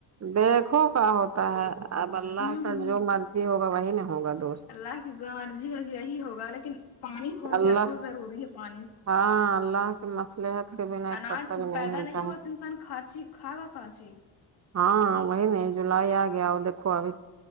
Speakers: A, on the right; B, on the left.
A: دیکھو کا ہوتا ہے اب اللہ
B: ہوں
A: کا
B: ہوں
A: جو مرضی ہوگا وہی نہ ہوگا دوست
B: اللہ کی جو مرضی ہوگی یہی ہوگا لیکن پانی ہو
A: اللہ
B: جائے بہت ضروری ہے پانی اس
A: ہاں
B: کا
A: اللہ کی مصلحت کے بنا ایک
B: اناج
A: پتہ بھی نہیں
B: پیدا
A: ہلتا
B: ہوگا
A: ہے
B: تو انسان کھانچی کھا گا کانچی
A: ہاں وہی نہیں جولائی آ گیا اور دیکھو ابھی